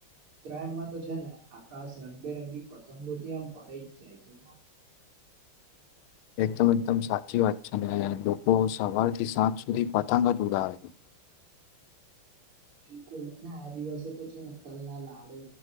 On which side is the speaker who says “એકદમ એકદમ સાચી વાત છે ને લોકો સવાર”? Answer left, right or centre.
Left